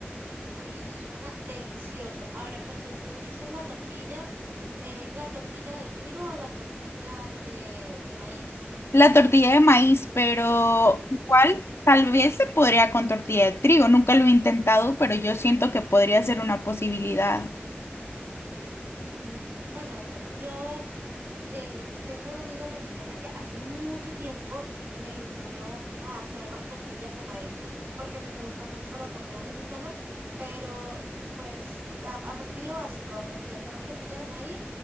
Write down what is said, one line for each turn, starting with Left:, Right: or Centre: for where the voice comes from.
Right: Uy, eso suena delicioso. Ahora, cuando tú dices la tortilla, ¿es la tortilla de trigo o la tortilla de, de maíz?
Left: La tortilla de maíz, pero
Right: De maíz.
Left: igual tal vez se podría con tortilla de trigo. Nunca lo he intentado, pero yo siento que podría ser una posibilidad.
Right: Mm, bueno, pues yo eh, tengo una amiga mexicana que hace mucho tiempo me enseñó a hacer las tortillas de maíz, porque a mí me gusta mucho la comida mexicana, pero pues a- aprendí lo básico, aprendí a hacer las tortillas de maíz,